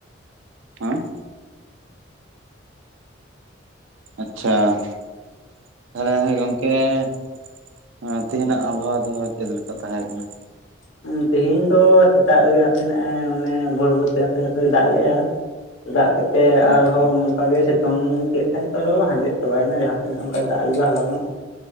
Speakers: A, on the right; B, on the left.
A: <inaudible> ᱦᱮᱸ ᱟᱪᱪᱷᱟ <unintelligible> ᱜᱚᱝᱠᱮ <inaudible> ᱦᱮ ᱛᱤᱦᱤᱧᱟᱜ ᱟᱵᱚᱦᱟᱣᱟ ᱫᱚ ᱪᱮᱫ ᱞᱮᱠᱟ ᱛᱟᱦᱮᱸ ᱠᱟᱱᱟ
B: ᱦᱮ ᱛᱮᱦᱮᱧ ᱫᱚ ᱥᱮᱛᱟᱜ ᱨᱮᱜᱮ ᱱᱟᱥᱮᱱᱟᱜ ᱢᱟᱱᱮ ᱵᱷᱳᱨᱵᱷᱳᱨ ᱛᱮ ᱱᱟᱥᱮ ᱱᱟᱥᱮ ᱫᱟᱜ ᱞᱮᱫᱼᱟ᱾ ᱫᱟᱜ ᱠᱮᱛᱮᱜ ᱟᱨᱦᱚᱸ
A: ᱟᱪᱪᱷᱟ
B: ᱚᱱᱠᱟ ᱜᱮ ᱚᱸ ᱠᱮᱫ ᱠᱷᱟᱡ ᱟᱨᱦᱚ ᱦᱟᱸᱡᱮᱫ ᱪᱟᱵᱟᱭᱮᱱᱟ ᱡᱟᱦᱟᱸ ᱛᱤᱱᱟᱹᱜ ᱚᱱᱠᱟᱭ ᱫᱟᱜ ᱞᱮᱫᱟ ᱦᱚᱞᱟ ᱱᱚᱜ